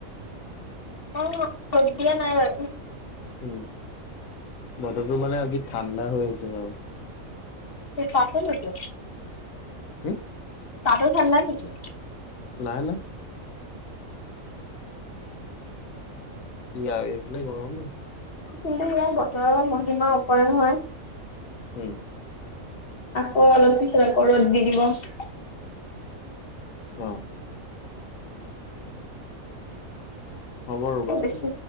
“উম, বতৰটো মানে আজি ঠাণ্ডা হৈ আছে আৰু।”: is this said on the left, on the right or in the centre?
Left